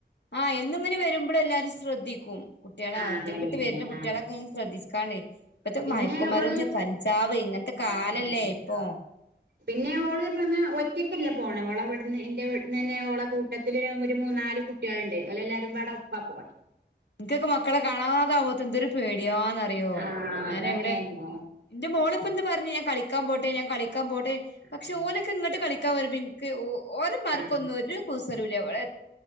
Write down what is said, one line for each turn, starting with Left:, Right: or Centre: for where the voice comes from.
Left: ആഹ് എന്നുംങ്ങനെ വെരുമ്പഴ്‌ എല്ലാരും ശ്രദ്ധിക്കും കുട്ടളെ
Right: ആ
Left: ഒറ്റക്ക്‌ട്ട്
Right: അതന്നെന്നെ
Left: വരുന്ന കുട്ടികളെക്കെ
Right: ആ
Left: ശ്രദ്ധി ക്കാണ്ടെ ഇപ്പത്തെ
Right: പിന്നെ
Left: മയക്കുമരുന്ന്
Right: ഓള്
Left: കഞ്ചാവ് ഇങ്ങനത്തെ
Right: ആഹ്
Left: കാലല്ലേ
Right: അതെ
Left: ഇപ്പൊ
Right: ആഹ് പിന്നെ ഓള് പിന്നെ ഒറ്റക്കല്ല പോണെ ഓളെ ഇവ്ട്ന്ന് എന്റെ ഇവ്ട്ന്ന്ന്നെ ഓളെ കൂട്ടത്തില് ഒരു മൂന്നാള് കുട്ടിയാള്ണ്ട് ഓല് എല്ലാരും പാടെ ഒപ്പാ പോണെ
Left: നിക്ക്‌ക്കൊക്കെ മക്കളെ കാണാതാവ്മ്പത്തിന് എന്തൊരു പേടിയാ ന്നറിയോ
Right: ആഹ് അതങ്ങന്നെ
Left: ഞാന് ഇവ്ടെ ന്റെ മോള് പ്പ ഇന്ന് പറഞ് ഞാൻ കളിക്കാൻ പോട്ടെ ഞാൻ കളി ക്കാൻ പോട്ടെ പക്ഷേ
Right: ആഹ്
Left: ഓലൊക്കെ ഇങ്ങട്ട് കളിക്കാൻ വരുമ്പം ഇന്ക്ക് ഓര് ഉമ്മാർക്കൊന്നും
Right: ആഹ്
Left: ഒരു കുസ് സലുംല്ല ഓള്